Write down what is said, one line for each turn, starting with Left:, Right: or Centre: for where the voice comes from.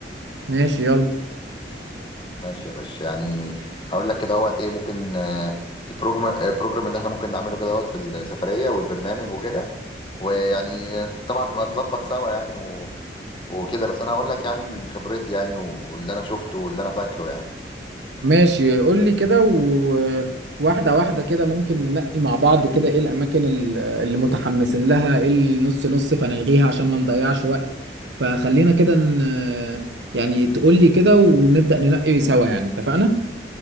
Right: ماشي يلا
Left: ماشي يا باشا يعني هقول لك كده هوت ايه ممكن آه، البروجرام آه، البروجرام اللي احنا ممكن نعمله كده هوت في السفريه والبرنامج وكده ويعني طبعا نبقى نظبط سوا يعني و... وكده بس انا هقول لك يعني من خبرتي يعني واللي انا شفته واللي انا فاكره يعني
Right: ماشي قول لي كده وواحدة واحدة كده ممكن ننقي مع بعض كده ايه الأماكن ال- اللي متحمسين لها ايه النص نص فنلغيها عشان ما نضيعش وقت فخلينا كده ن... يعني تقول لي كده ونبدأ ننقي سوا يعني اتفقنا؟